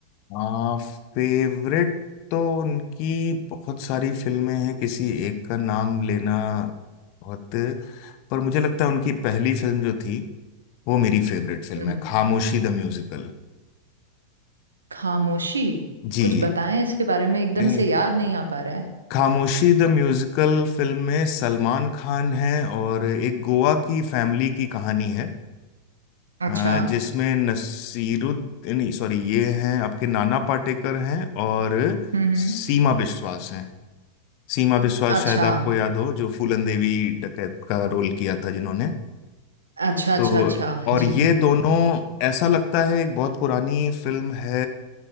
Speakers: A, on the left (about 45°); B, on the right (about 75°).
A: आ, फेवरेट तो उनकी बहुत सारी फिल्में हैं किसी एक का नाम लेना बहुत पर मुझे लगता है उनकी पहली फिल्म जो थी वो मेरी फेवरेट फिल्म
B: हम्म
A: है खामोशी द म्यूजिकल
B: खामोशी
A: जी
B: कुछ बताएं इसके बारे में एकदम
A: ए,
B: से याद नहीं आ पा रहा है
A: खामोशी द म्यूजिकल फिल्म में सलमान खान है और एक गोवा की फैमिली की कहानी है
B: अच्छा
A: अ, जिसमें नसीरुद्दीन नहीं सॉरी ये हैं आपके नाना पाटेकर हैं और
B: हम्म हम्म
A: सीमा विश्वास हैं सीमा विश्वास
B: अच्छा
A: शायद आपको याद हो जो फूलन देवी डकैत का रोल किया था जिन्होंने
B: अच्छा अच्छा
A: तो
B: अच्छा
A: और
B: जी
A: ये
B: जी
A: दोनों
B: जी
A: ऐसा लगता है एक बहुत पुरानी फिल्म है